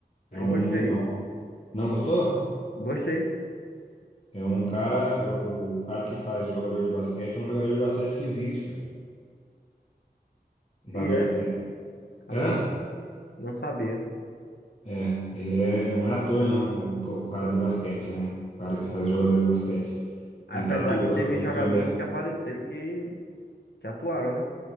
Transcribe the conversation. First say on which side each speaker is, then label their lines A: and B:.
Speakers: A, on the left; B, on the left.
A: Eu
B: É um,
A: gostei.
B: é um- Não gostou?
A: Gostei.
B: É um cara. é o o cara que faz jogador de basquete é um jogador de basquete que existe, cara. Na
A: E
B: verdade.
A: é, Fabiano.
B: É. Hã?
A: Não sabia.
B: É. Ele é... não é ator, não. O, o ca- o cara de basquete, né? O cara que faz jogador de basquete.
A: Apesar
B: Ele tá atuando
A: que teve
B: no
A: jogadores
B: filme. ele-
A: que apareceram que, que atuaram, né?